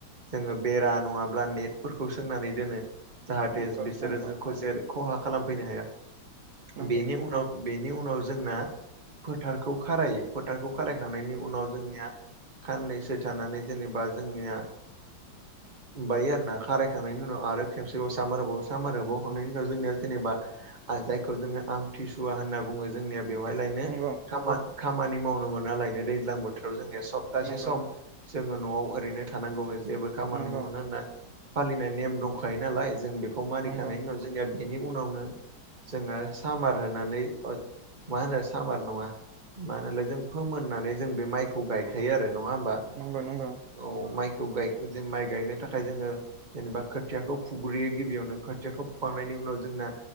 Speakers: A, on the right; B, on the right.
A: जोङो बेरा नङाब्ला नेटफोरखौ सोंनानै दोनो। जाहाथे
B: नंगौ
A: बिसोरो
B: नोंथां नंगौ
A: <unintelligible> जेबो खहा खालामफैनो हाया
B: नंगौ
A: बेनि उनाव बेनि उनाव जोंना फोथारखौ खारायो फोथारखौ खारायखांनायनि उनाव जोंनिया साननैसो थानानै जेनेबा जोंनिया बायो आरोना खारायखांनायनि उनाव आरो खेबसेबाव सामोर होबावो सामोर होनायनि उनाव जोंनिया जेनेबा जायखौ जोङो आमथिसु वा होनना बुङो जोंनिया बेवहाय लायनो
B: नंगौ
A: खामानि मावनो मोनालायनो दैज्लां बोथोराव जों सप्तासे
B: नंगौ
A: सम जोङो न'आव ओरैनो थानांगौनो जेबो खामानि
B: नंगौ
A: मावनो मोना होनना फालिनाय नेम दंखायो नालाय जों बेखौ मानिखांनायनि
B: नंगौ
A: उनाव जोंनिया बेनि उनाव जोंना सामा र होनानै ओ मा होनो सामार नङा मा होनो फोमोन्नानै जों बे माइखौ गायखायो आरो नङा होमबा
B: नंगौ नंगौ
A: औ माइ माइ गायनो थाखाय जोङो जेनेबा खोथियाखौ फुग्रोयो गिबियावनो खोथियाखौ फुखांनायनि उनाव जोंना